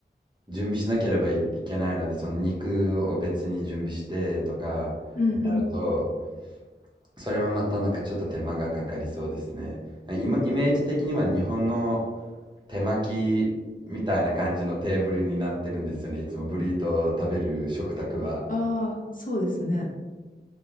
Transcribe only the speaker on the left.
うんうん。
ああ、そうですね。